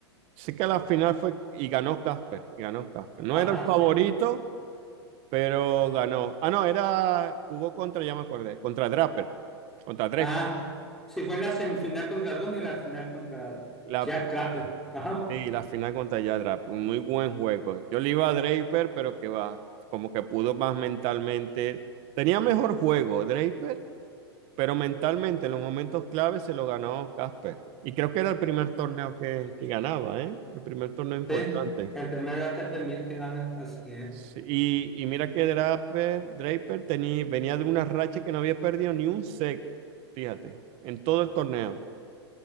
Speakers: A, on the right; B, in the centre.
A: Sí que la final fue y ganó Casper, y ganó Casper. No
B: Ajá,
A: era el favorito.
B: sí.
A: pero ganó. Ah, no, era, jugó contra, ya me acordé, contra Draper, contra Draper.
B: Ah, sí fue en la semifinal contra Rune y la final contra
A: La,
B: Jack Trapper. Ajá,
A: sí, la final contra ya Draper, un muy buen juego. Yo le iba a Draper, pero que va, como que pudo más mentalmente. Tenía mejor juego Draper, pero mentalmente en los momentos claves se lo ganó Casper. Y creo que era el primer torneo que, que ganaba, ¿eh? El primer torneo importante.
B: sí. El primer ATP 1000 que gana, así es.
A: Sí, y, y mira que Draper, Draper tenía, venía de una racha que no había perdido ni un set, fíjate, en todo el torneo.